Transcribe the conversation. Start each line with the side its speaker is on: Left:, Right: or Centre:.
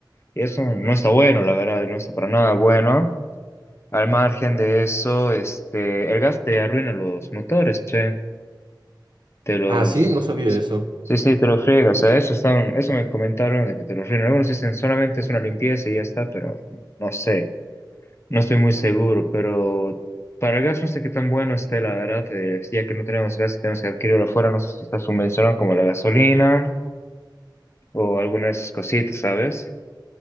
Left: Y eso no está bueno, la verdad, no está para nada bueno. Al margen de eso, este, el gas te arruina los motores, che. Te los...
Right: Ah, sí, no sabía eso.
Left: Sí, sí, te lo friega. O sea, eso están eso me comentaron de que te lo arruina. Algunos dicen solamente es una limpieza y ya está, pero no sé. No estoy muy seguro, pero para el gas no sé qué tan bueno esté, la verdad, eh, ya que no tenemos gas y tenemos que adquirirlo afuera, no sé si está subvencionado como la gasolina o alguna de esas cositas, ¿sabes?